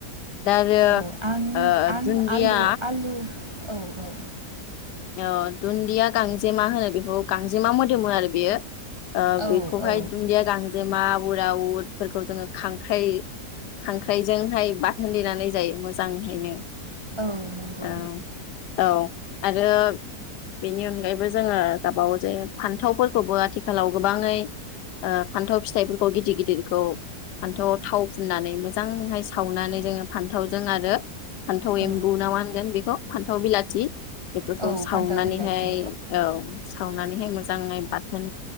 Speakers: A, on the left; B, on the right.
A: दा आरो
B: औ आं
A: ओ
B: आं
A: दुन्दिया
B: आलु आलु औ औ
A: अ दुन्दिया गांजेमा होनो बेखौ गांजेमा मोदोमो आरो बेयो। ओ
B: औ
A: बेखौहाय
B: औ
A: दुन्दिया गांजेमा उरा उदफोरखौ जोङो खांख्राइ खांख्राइजोंहाय बाथोन देनानै जायो मोजांहैनो।
B: औ नंगौ
A: औ औ। आरो बेनि अनगायैबो जोङो जाबावो जे फान्थावफोरखौबो आथिखालाव गोबाङै ओ फान्थाव फिथाइफोरखौ गिदिर गिदिरखौ फान्थाव थाव फुननानै मोजांहाय सावनानै जोङो फान्थावजों आरो फान्थाव एम्बु
B: औ
A: ना मा होनगोन बेखौ फान्थाव बिलाथि। बेफोरखौ
B: औ
A: सावनानैहाय
B: फान्थाव बिलाथि
A: औ सावनानैहाय मोजाङै बाथोन